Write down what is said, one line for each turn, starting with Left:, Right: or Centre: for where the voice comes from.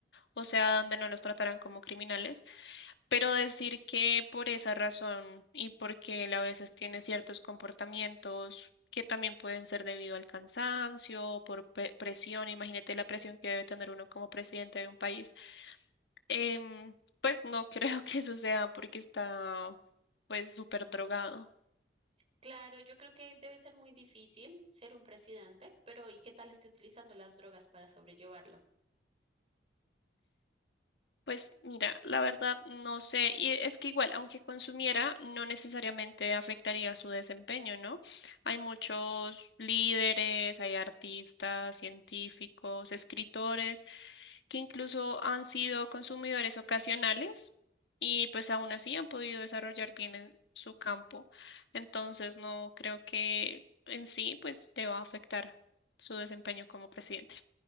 Left: o sea, donde no los trataran como criminales. Pero decir que por esa razón y porque él a veces tiene ciertos comportamientos que también pueden ser debido al cansancio, por pe- presión, imagínate la presión que debe tener uno como presidente de un país, em, pues no <laughs> creo que eso sea porque está pues súper drogado.
Right: Claro, yo creo que debe ser muy difícil ser un presidente, pero ¿y qué tal esté utilizando las drogas para sobrellevarlo?
Left: Pues mira, la verdad no sé, y es que igual, aunque consumiera, no necesariamente afectaría su desempeño, ¿no? Hay muchos líderes, hay artistas, científicos, escritores, que incluso han sido consumidores ocasionales y pues aún así han podido desarrollar bien en su campo. Entonces no creo que en sí pues deba afectar su desempeño como presidente.